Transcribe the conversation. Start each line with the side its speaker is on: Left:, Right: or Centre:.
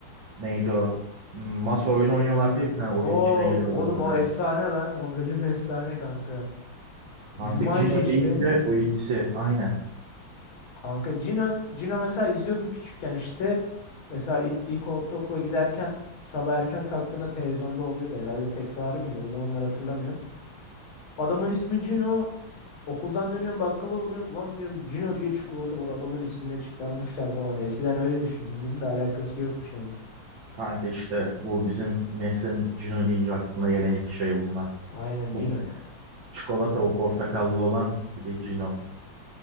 Right: Neydi o? Hmm, Masa oyunu oynuyorlar diye bir tane oyunun
Left: O
Right: içine giriyorlardı.
Left: oğlum o efsane lan. O bölüm <laughs> efsane kanka.
Right: Kanka
Left: Jumanji
Right: Cino
Left: işte.
Right: deyince bu ikisi aynen.
Left: Kanka Cino, Cino mesela izliyordum küçükken işte. Mesela i- ilk ortaokula giderken sabah erken kalktığında televizyonda oluyordu. Herhalde tekrarı mıydı? O zamanlar hatırlamıyorum. Adamın ismi Cino. Okuldan dönüyorum bakkala uğruyorum. Ulan diyorum Cino diye çikolata var adamın ismine çıkarmışlar falan. Eskiden öyle düşünüyordum da alakası yokmuş ama.
Right: Kanka işte bu bizim neslin Cino deyince aklına gelen iki şey bunlar.
Left: Aynen
Right: O
Left: Cino ya.
Right: çikolata, o portakallı olan bir de Cino.